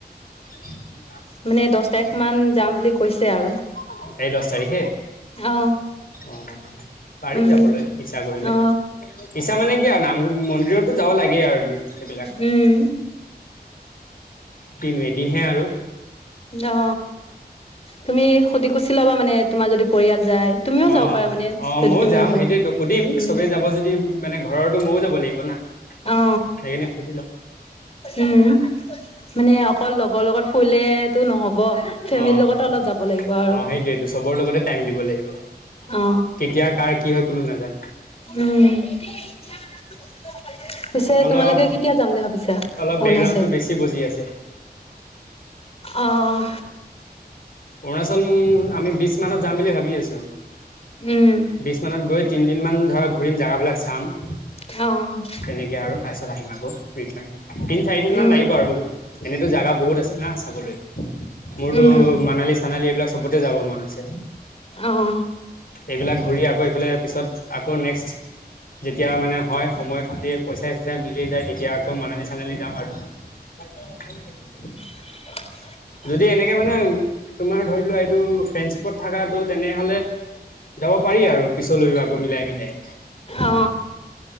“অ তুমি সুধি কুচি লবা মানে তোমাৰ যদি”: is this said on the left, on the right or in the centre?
Left